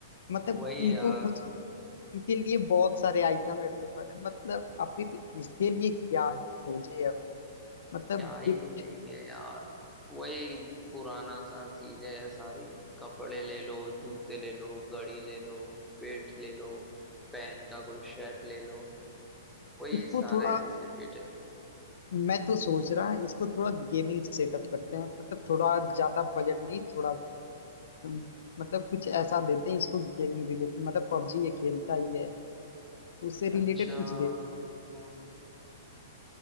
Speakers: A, on the left; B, in the centre.
A: मतलब
B: वही
A: इनको
B: यार
A: कुछ इनके लिए बहुत सारे आइटम अवेलेबल है मतलब आखिर इसके लिए क्या है खोजे अब मतलब
B: क्या ही
A: गिफ्ट
B: लेंगे यार वही पुराना सा चीज है सारी कपड़े ले लो जूते ले लो घड़ी ले लो बेल्ट ले लो पेन का कोई शर्ट ले लो वही
A: इसको
B: सारा
A: थोड़ा
B: है किसे पीटे
A: मैं तो सोच रहा है इसको थोड़ा गेमिंग सेटअप करते हैं मतलब थोड़ा ज्यादा बजट नहीं थोड़ा हम्म, मतलब कुछ ऐसा देते हैं इसको गेमिंग रिलेटेड मतलब पबजी ये खेलता ही है तो उससे रिलेटेड
B: अच्छा
A: कुछ देते
B: हम्म,